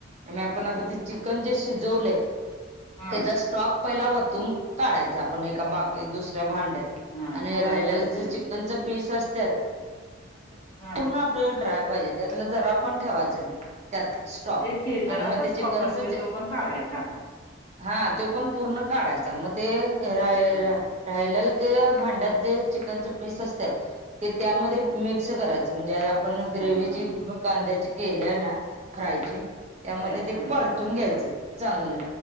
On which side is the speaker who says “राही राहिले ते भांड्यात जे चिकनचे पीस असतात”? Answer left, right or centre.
Right